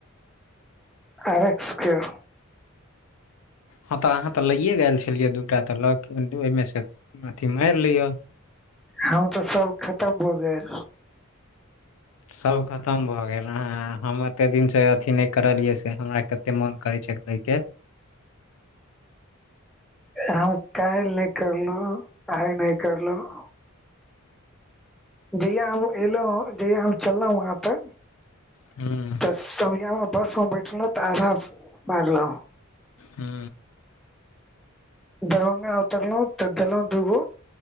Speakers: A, in the centre; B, on the left.
A: एरेक्सके
B: हँ तऽ अहाँ तऽ लैयए गेल छलियै दूटा तऽ लग ओहिमे से अथी मारि लेए
A: हऽ तऽ सब खतम भऽ गेल।
B: सभ खतम भऽ गेल हऽ हम एते दिन से अथी नहि करलियै से हमरा। कते मोन करे छै लेके।
A: हम काल्हि नहि करलहु आय नहि करलहु। जहिया हम एलहु जहिया हम चललहुं वहाँ तक
B: हू
A: तऽ समयमे बसमे बैठलहुँ तऽ आधाम मारलहुँ
B: हू
A: दरभंगा उतरलहुं तऽ देलहुं दूगो